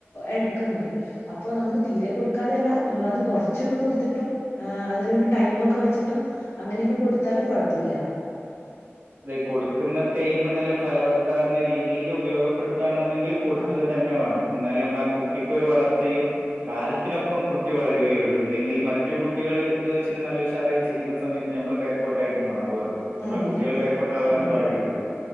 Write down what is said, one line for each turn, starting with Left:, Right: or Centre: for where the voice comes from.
Left: എടുക്കുന്നത് അപ്പൊ നമ്മള് തീരെ കൊടുക്കാതെയല്ല നമ്മള് അത് കുറച്ചൊക്കെ കൊടുത്തിട്ടും ആഹ് അതിനൊരു ടൈമൊക്കെ വെച്ചിട്ടും അങ്ങനെയൊക്കെ കൊടുത്താല് കുഴപ്പമില്ല
Right: അതെ കൊടുക്കുന്ന ടൈമ് നല്ല ഫലവത്താവുന്ന രീതിയിൽ ഉപയോഗപ്പെടുത്തുവാണന്നുണ്ടെങ്കിൽ കൊടുക്കുക
Left: അതെ
Right: തന്നെ വേണം എന്നാലെ നമ്മള് ആ കുട്ടിക്കൊരു വളർച്ചയും കാലത്തിനൊപ്പം കുട്ടി വളരുകയുള്ളൂ ഇല്ലെങ്കിൽ മറ്റു കുട്ടികള് ഇത് വെച്ചിട്ട് നല്ല ഉഷാറായി ചെയ്യുന്ന സമയത്ത് നമ്മള് ബെക്കോട്ടായിട്ടുമാറും അത്
Left: അതെ അതെ
Right: ബേപ്പോട്ട് ആവാനും
Left: ശരിയാണ്
Right: പാടില്ലല്ലോ